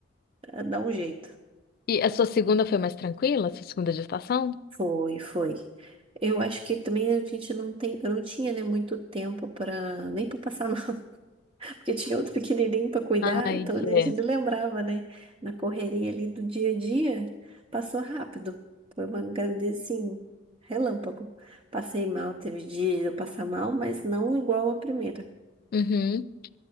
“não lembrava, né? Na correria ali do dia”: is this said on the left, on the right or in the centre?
Right